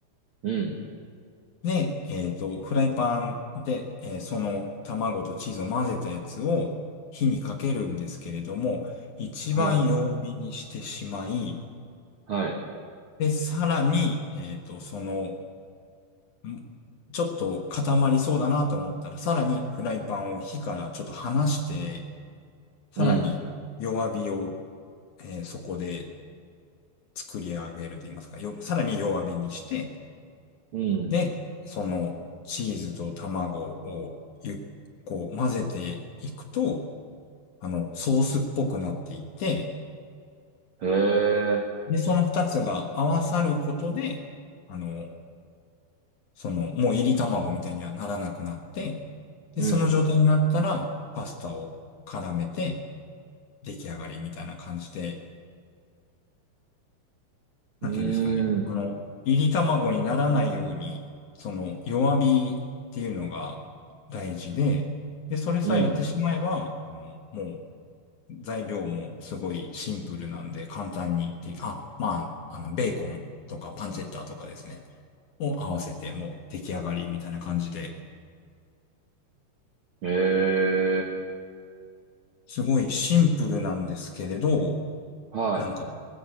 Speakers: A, on the right; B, on the left.
A: うん。
B: で、えっと、フライパンで、えーその卵とチーズを混ぜたやつを火にかけるんですけれども、一番弱火にしてしまい、
A: はい。はい。
B: で、さらに、えっと、その、んちょっと固まりそうだなと思ったら、さらにフライパンを火からちょっと離して、さらに弱火を、
A: うん。
B: えーそこで作り上げると言いますか、よ、さらに弱火にして、
A: うん。
B: で、そのチーズと卵をゆ、こう混ぜていくと、あの、ソースっぽくなっていって、
A: へえ。
B: で、その二つが合わさることで、あの、その、もう入り卵みたいにはならなくなって、
A: うん。
B: で、その状態になったら、パスタを絡めて、出来上がりみたいな感じで、
A: うん。
B: なんていうんですかね。
A: うーん。
B: あの、いり卵にならないように、その弱火っていうのが大事で、で、それさえやってしまえば、
A: うん。
B: あの、もう材料もすごいシンプルなんで簡単にで、あ、まあ、あの、ベーコンとかパンチェッタとかですね、を合わせてもう出来上がりみたいな感じで、
A: へえ。
B: すごいシンプルなんですけれど、
A: はい。
B: なんか